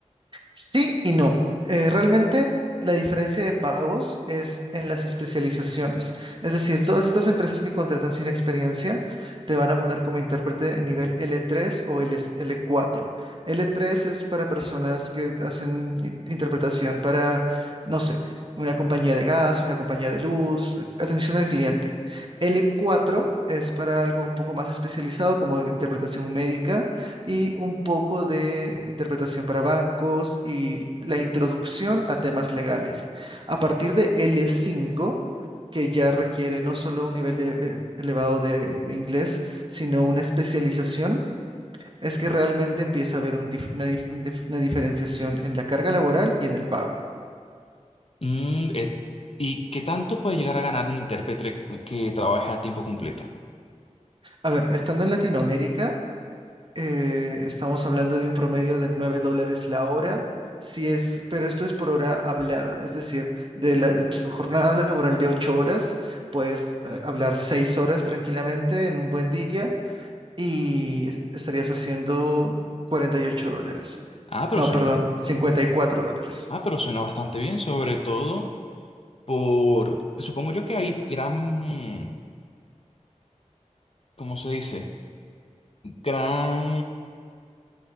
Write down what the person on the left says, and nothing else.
Mm, eh, ¿y qué tanto puede llegar a ganar un intérprete que trabaje a tiempo completo?
Ah, pero
suena,
ah, pero suena bastante bien, sobre todo. por, supongo yo que hay gran, ¿cómo se dice? Gran,